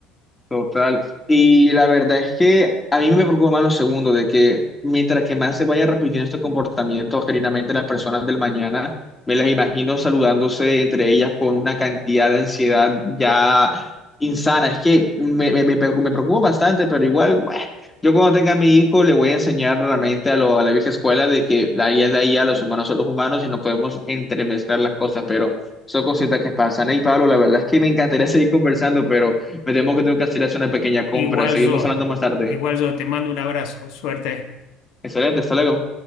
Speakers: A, on the left; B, on the left.
A: Total. Y la verdad es que a mí me preocupa más lo segundo, de que mientras que más se vaya repitiendo este comportamiento, genuinamente las personas del mañana, me las imagino saludándose entre ellas con una cantidad de ansiedad ya insana. Es que me, me, me preocu- me preocupa bastante, pero igual, bueno, yo cuando tenga a mi hijo le voy a enseñar realmente a, lo, a la vieja escuela de que la IA es la IA, los humanos son los humanos y no podemos entremezclar las cosas, pero son cositas que pasan. Y Pablo, la verdad es que me encantaría seguir conversando, pero... Me temo que tengo que hacer hacer una pequeña compra.
B: Igual
A: Seguimos
B: yo,
A: hablando más tarde.
B: igual yo, te mando un abrazo, suerte.
A: Excelente, hasta luego.